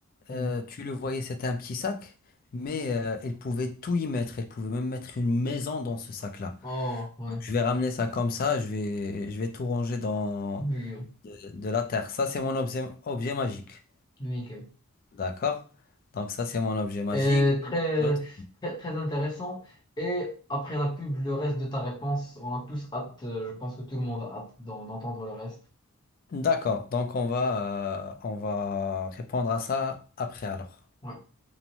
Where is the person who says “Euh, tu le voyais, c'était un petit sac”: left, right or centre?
Left